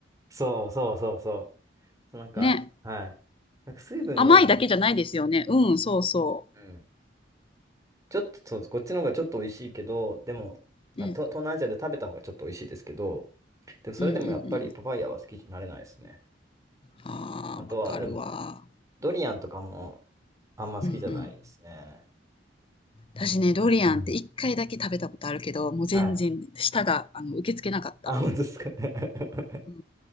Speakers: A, on the right (about 20°); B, on the left (about 30°).
A: そうそうそうそう。そうなんか、
B: ね。
A: はい。なんか水分多い。
B: 甘いだけじゃないですよね。うん、そうそ
A: うん。ちょっと、そう、こっちの方がちょっと美味しいけど、でも、
B: う。
A: あ、
B: うん。
A: と東南アジアで食べた方がちょっと美味しいですけど、でもそれでもやっぱりパパイヤは好きになれないですね。
B: うんうんうん。ああ、
A: あとは、
B: わかるわ。
A: でも、ドリアンとかもあんま好きじゃないですね。
B: うんうん。私ね、ドリアンって一回だけ食べたことあるけど、
A: うん。
B: もう全然舌が、
A: はい。
B: あの、受け付けなかった。
A: あ、本当ですか。<laughs>
B: うん、